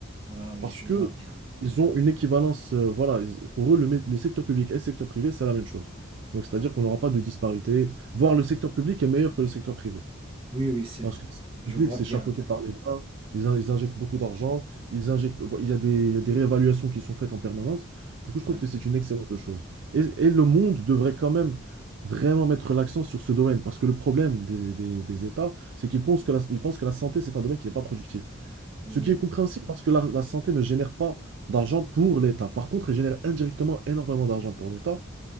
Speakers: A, on the right (about 25°); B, on the right (about 60°).
A: ah oui,
B: Parce
A: je
B: que
A: vois bien.
B: ils ont une équivalence, euh, voilà, ils- pour eux, le, mé- le secteur public et le secteur privé, c'est la même chose. Donc, c'est-à-dire
A: Ah,
B: qu'on n'aura pas de disparité, voire le secteur public est meilleur que le secteur privé.
A: oui, oui, c'est
B: Parce
A: vrai.
B: que le secteur
A: Je
B: public,
A: vois
B: c'est
A: bien.
B: chapeauté par l'État, ils, in- ils injectent beaucoup d'argent, ils injectent, vo- il y a des, il y a des réévaluations qui sont faites en permanence. Du coup, je trouve
A: Oui,
B: que c'est une excellente chose. Et, et le monde devrait quand même vraiment mettre l'accent sur ce domaine, parce que le problème des, des- des États, c'est qu'ils pensent que la, ils pensent que la santé, c'est un domaine qui n'est pas productif.
A: oui,
B: Ce qui est compréhensible parce que la, la santé ne génère pas d'argent pour l'État. Par contre, elle génère indirectement énormément d'argent pour l'État,